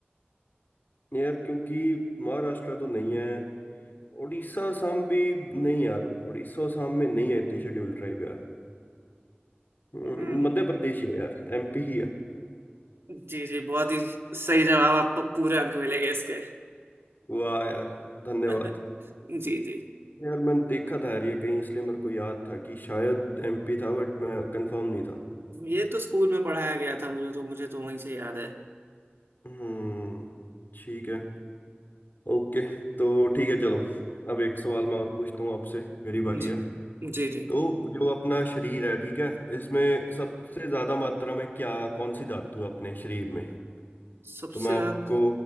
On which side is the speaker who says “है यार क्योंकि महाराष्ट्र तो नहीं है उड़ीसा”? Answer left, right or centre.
Left